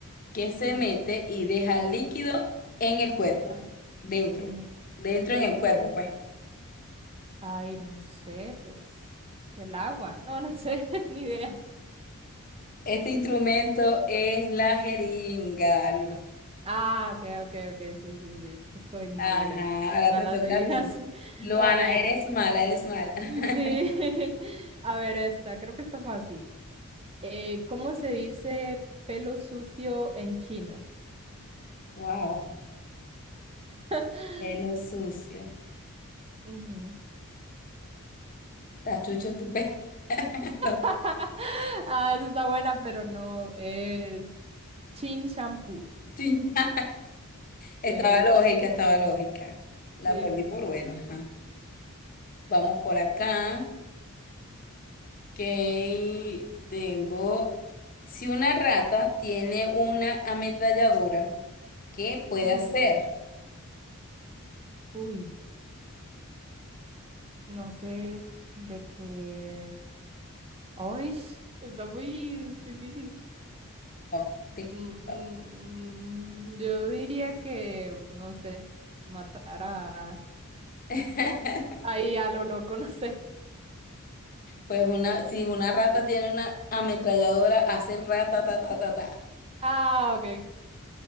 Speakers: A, on the left; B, on the right.
A: que se
B: Ujú.
A: mete y deja líquido en el cuerpo?
B: Ah,
A: Dentro.
B: en el,
A: Dentro
B: dentro,
A: en el cuerpo, pues.
B: ay, no sé, pues, del agua. No, no sé, <laughs> ni idea.
A: Este instrumento es la jeringa. Lu-
B: Ah, ok, ok, ok, sí, sí, sí, es que estoy mal
A: Ajá,
B: hoy
A: ahora
B: para
A: te
B: las
A: toca
B: divinas.
A: a ti.
B: <laughs>
A: Luana,
B: A ver,
A: eres mala, eres mala. <laughs>
B: sí, <laughs> a ver esta, creo que está fácil. Eh, ¿cómo se dice pelo sucio en chino?
A: Wow,
B: <gasps>
A: pelo sucio.
B: <laughs> Ujú.
A: Tachucho tu pelo. <laughs> No,
B: <laughs> Ah, esa está buena, pero no, es chin shampoo.
A: chincha. Estaba
B: Sí,
A: lógica, estaba lógica. La
B: sí,
A: perdí
B: sí,
A: por
B: sí.
A: bueno. ajá. Vamos por acá, que tengo... Si una rata tiene una ametralladora, ¿qué puede
B: Ujú.
A: hacer?
B: Uy, no sé de qué. Uy, está muy difícil.
A: Toc, tic,
B: Mm, mm,
A: toc.
B: mm, yo diría que, no sé, matar a...
A: <laughs>
B: Ahí a lo loco, <laughs> no sé.
A: Pues una, si una rata tiene una ametralladora, hace rata, ta, ta, ta, ta.
B: Ah, ok.